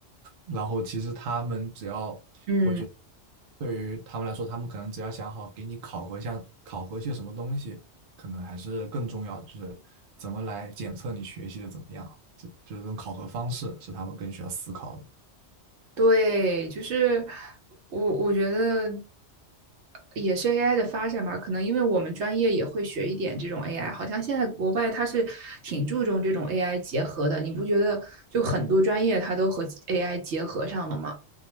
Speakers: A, on the right; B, on the right.
A: 然后其实他们只要，
B: 嗯。
A: 我觉得对于他们来说，他们可能只要想好给你考核一下，考核些什么东西，可能还是更重要的，就是怎么来检测你学习的怎么样，这这种考核方式是他们更需要思考的。
B: 对，就是我我觉得也是 AI 的发展吧，可能因为我们专业也会学一点这种 AI，好像现在国外它是挺注重这种 AI 结合的，你不觉得就很多专业它都和 AI 结合上了吗？